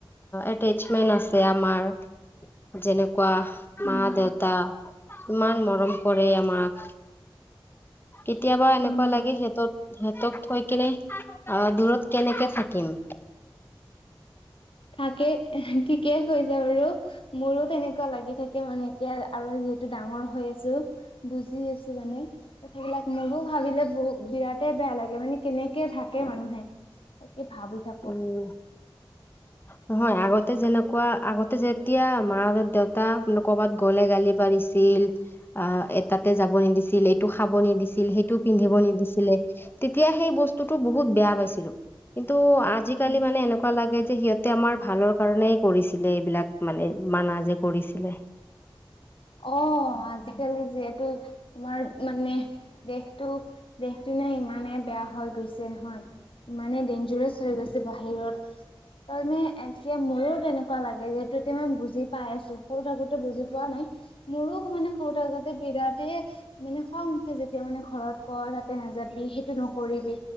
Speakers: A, on the left (about 25°); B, on the left (about 70°).
A: এটচমেন্ট আছে আমাৰ, যেনে কোৱা, মা-দেউতা
B: উম
A: ইমান মৰম কৰে আমাক। কেতিয়াবা এনেকুৱা
B: উম
A: লাগে সিহঁতক সিহঁতক থৈ কেনে আ দূৰত কেনেকে থাকিম?
B: থাকেই ঠিকেই কৈছা বাৰু, মোৰো তেনেকুৱা লাগি থাকে মানে এতিয়া আৰু যিহেতু ডাঙৰ হৈ আছো, বুজি আছো মানে কথাবিলাক মোৰো ভাবিলে বহু বিৰাটে বেয়া লাগে মানে কেনেকে থাকে মানুহে, তাকে ভাবি থাকো।
A: উম নহয় আগতে যেনেকুৱা, আগতে যেতিয়া মা আৰু দেউতা মানে কবাত গ'লে গালি পাৰি ছিল আ এ তাতে যাব নিদিছিল, এইটো খাব নিদিছিল, সেইটো পিন্ধিব নিদিছিলে তেতিয়া সেই বস্তুটো বহুত বেয়া পাইছিলো, কিন্তু আজিকালি
B: উম
A: মানে এনেকুৱা লাগে যে সিহঁত তে আমাৰ ভালৰ কাৰণেই কৰিছিলে এইবিলাক মানে মানা যে কৰিছিলে।
B: অ', আজিকালি যে তো তোমাৰ মানে দেশটো দিনকদিনে ইমানেই বেয়া হৈ গৈছে হয় ইমানে ডেঞ্জাৰছ হৈ গৈছে বাহিৰত, সেইতোকাৰনে একচুৱেলি মোৰো তেনেকুৱা লাগে যে ত' এতিয়া মই বুজি পাই আছো, সৰু থাকোতে বুজি পোৱা নাই। মোৰো আকৌ মানে সৰু থাকোঁতে বিৰাটেই মানে খং উঠে যেতিয়া মানে ঘৰত কয়, তাতে নাযাবি সেইটো নকৰিবি,